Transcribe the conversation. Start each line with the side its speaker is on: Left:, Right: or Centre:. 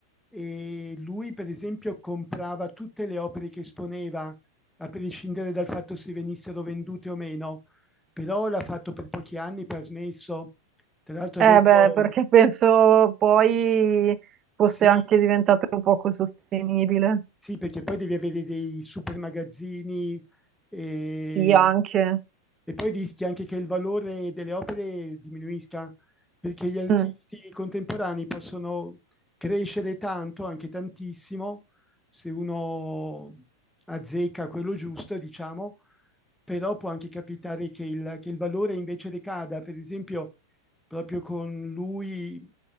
Centre: e lui, per esempio, comprava tutte le opere che esponeva, a prescindere dal fatto se venissero vendute o meno, però l'ha fatto per pochi anni, poi ha smesso. Tra l'altro
Right: Eh
Centre: adesso
Right: beh, <laughs> perché penso poi fosse
Centre: sì.
Right: anche diventato poco sostenibile.
Centre: Sì, perché poi devi avere dei super magazzini, ehm,
Right: Sì, anche.
Centre: e poi rischi anche che il valore delle opere diminuisca, perché gli artisti
Right: Mm.
Centre: contemporanei possono crescere tanto, anche tantissimo, se uno azzecca quello giusto, diciamo, però può anche capitare che il che il valore invece decada. Per esempio, proprio con lui